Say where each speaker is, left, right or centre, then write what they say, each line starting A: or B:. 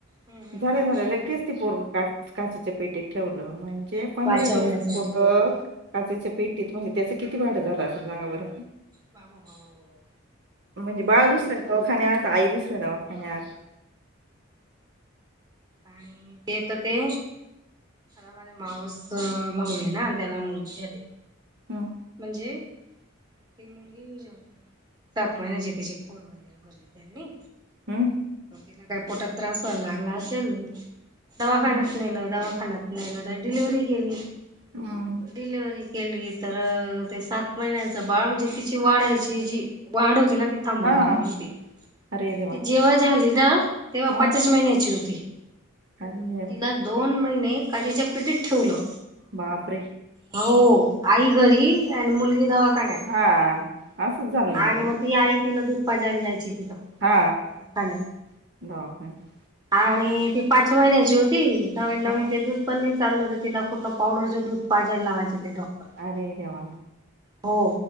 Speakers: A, on the right; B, on the right.
A: हम्म
B: झालं- झालं लगेच ते पोरग का काचेच्या पेटीत ठेवलं, म्हणजे पंधरा
A: वाचवण्यासाठी
B: दिवस अ काचेच्या पेट्टीत म्हणजे त्याचं किती भांड झालं असल सांगा बरं?
A: बाबा बाबा बाबा.
B: म्हणजे बाळ दुसऱ्या दवाखान्यात, आई दुसऱ्या दवाखान्यात.
A: आणि ते येत ते आता माझा मावस भाऊ ये ना त्याला मुलगी झाली
B: हम्म
A: म्हणजे ती मुलगी सात महिन्याची त्याची वगैरे भरली त्यांनी.
B: हम?
A: म तिला काय पोटात त्रास व्हायला लागला असेल दवाखान्यात
B: हम्म
A: नेल दवाखान्यात नेल तर डिलिव्हरी ही केली.
B: हम्.
A: डिलिव्हरी केली तर ते सात महिन्याच बाळ म्हणजे तिची वाढायची जी वाढ होते ना ती थांबून
B: हा
A: गेलेली होती,
B: अरे देवा
A: ते जेव्हा झाली तेव्हा
B: हा
A: पाचच महिन्याची होती,
B: अरे देवा
A: तिला दोन महिने काचेच्या पेटीत ठेवलं,
B: बापरे
A: हो आई घरी आणि मुलगी दवा खाण्यात,
B: हा असंच झालं ना मग
A: आणि
B: ते
A: म ती आई तिला दूध पाजायला जायची तिथं,
B: हा
A: खाण्यात.
B: <unintelligible>
A: आणि ती पाच महिन्याची होती नवीन नवीन
B: हं
A: ते दूध पन्नी चाललं तर तिला कुठलं पावडरच दूध पाजयला लावायचं ते डॉक्टर.
B: अरे देवा.
A: हो,